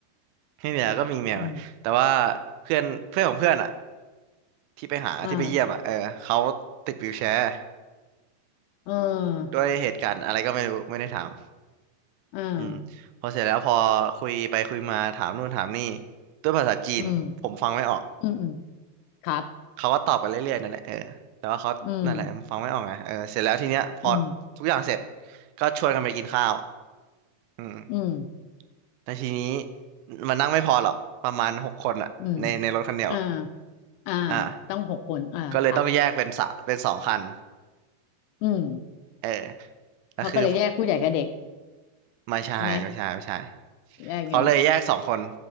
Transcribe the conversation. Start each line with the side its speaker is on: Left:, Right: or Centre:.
Right: ไม่มีอะไรก็มีแมวแต่ว่า
Left: อืม
Right: เพื่อนเพื่อนของเพื่อนอ่ะที่ไปหาที่ไปเยี่ยมอ่ะเออเขา
Left: อ่า
Right: ติดวีลแชร์
Left: เออ
Right: ด้วยเหตุการณ์อะไรก็ไม่รู้ไม่ได้ถาม
Left: อ่า
Right: อืมพอเสร็จแล้วพอคุยไปคุยมาถามนู่นถามนี่ด้วยภาษาจีนผมฟังไม่ออก
Left: อืมอืมอืมครับ
Right: เขาก็ตอบกันเรื่อยๆนั่นแหละเออแต่ว่าเขานั่นแหละฟังไม่ออกไงเออเสร็จแล้วทีเนี้ยพอทุกอย่างเสร็จ
Left: อืมอืม
Right: ก็ชวนกันไปกินข้าวอืม
Left: อืม
Right: แต่ทีนี้มันนั่งไม่พอหรอกประมาณหกคนอะในในรถคันเดียวอะ
Left: อืมอ่าอ่า
Right: อ่า
Left: ต้องหกคนอ่าครับ
Right: ก็เลยต้องแยกเป็นสะเป็นสองคัน
Left: อืม
Right: เออแล้วคือ
Left: เขาก็เลยแยกผู้ใหญ่กับเด็ก
Right: ไม่ใช่ไม่ใช่ไม่ใช่
Left: ไหมแยกไง
Right: เขาเลยแยกสองคน